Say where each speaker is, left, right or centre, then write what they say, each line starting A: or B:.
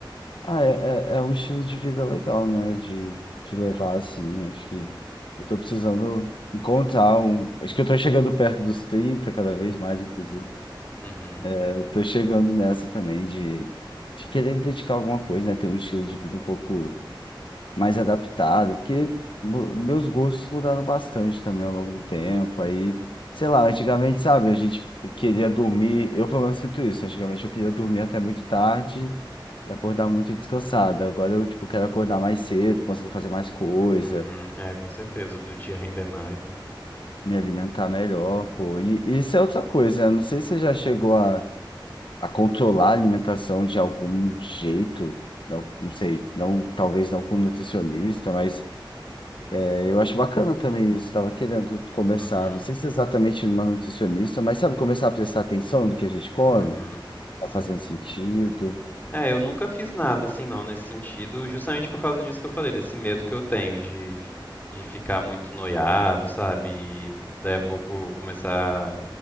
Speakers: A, on the left; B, on the left.
A: Ah, é, é, é um estilo de vida legal, né? De, de levar assim. Acho que eu tô precisando encontrar um. Acho que eu tô chegando perto dos 30 cada vez mais, inclusive.
B: Uhum.
A: Eu Tô chegando nessa também de, de querer me dedicar a alguma coisa, né? Ter um estilo de vida um pouco mais adaptado, porque mo- meus gostos mudaram bastante também ao longo do tempo. Aí, sei lá, antigamente, sabe, a gente queria dormir, eu pelo menos sinto isso. Antigamente eu queria dormir até muito tarde e acordar muito descansado. Agora eu, tipo, quero acordar mais cedo, conseguir fazer mais coisa,
B: Uhum, é, com certeza, do dia render mais, né?
A: me alimentar melhor, pô. E e isso é outra coisa, né? Não sei se você já chegou a a controlar a alimentação de algum jeito, não, não sei, não, talvez não com nutricionista, mas é, eu acho bacana também isso. Estava querendo começar,
B: Uhum,
A: não sei se é exatamente numa nutricionista, mas sabe, começar a prestar atenção no que a gente come,
B: uhum, sim.
A: tá fazendo sentido.
B: É, eu nunca fiz nada assim não nesse sentido, justamente por causa disso que eu falei, desse medo que eu tenho de, fi- de ficar muito noiado, sabe? E daí a pouco começar a